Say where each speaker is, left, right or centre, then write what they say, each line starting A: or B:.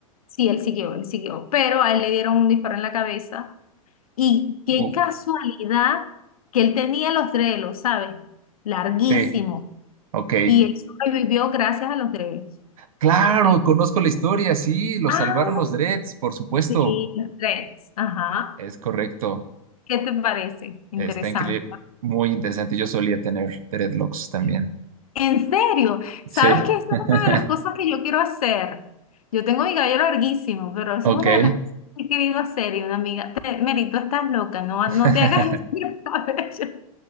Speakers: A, on the left; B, on the right.
A: sí, él siguió, él siguió. Pero a él le dieron un disparo en la cabeza. Y qué
B: Uf,
A: casualidad que él tenía los drelos, ¿sabes? Larguísimos.
B: sí, ok.
A: Y él sobrevivió gracias a los dreads.
B: Claro,
A: A los-
B: conozco la historia, sí, lo
A: Ah,
B: salvaron los Dreads, por supuesto.
A: sí, los dreads. Ajá.
B: Es correcto.
A: ¿Qué te parece? Interesante.
B: Está increíble. Muy interesante. Yo solía tener dreadlocks también.
A: Sí. En serio, ¿sabes
B: Sí.
A: qué? Esa
B: <laughs>
A: es una de las cosas que yo quiero hacer. Yo tengo mi cabello larguísimo, pero esa
B: Ok.
A: es una de las cosas que he querido hacer. Y una amiga, te, Merito, estás loca, no,
B: <laughs>
A: no te hagas <laughs> ese cabello.